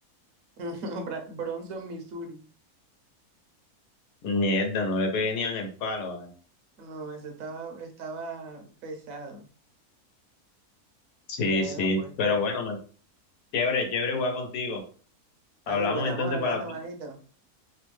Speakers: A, on the right (about 70°); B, on the left (about 85°).
A: <laughs> Bra- Bronson, Missouri.
B: Mierda, no le pegué ni en el palo, ¿vale?
A: No, eso estaba, estaba pesado.
B: Sí,
A: Bueno,
B: sí.
A: pues.
B: Pero bueno, man, chévere, chévere jugar contigo. Hablamos
A: Dale, pues estamos
B: entonces
A: hablando,
B: para...
A: manito.